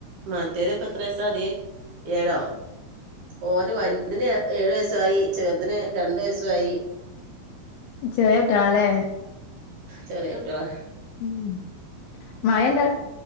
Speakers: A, on the right (about 70°); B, on the left (about 80°).
A: മറ്റേത്പ്പ എത്ര വയസ ഏഴോ ഓന് വൽത് ന് ഏഴു വയസയി ചേർതിന് രണ്ടു വയസായി
B: ചെറേട്ട്യളാലെ
A: ചെറിയ കുട്ടിയോള
B: ഉം മഴണ്ടട്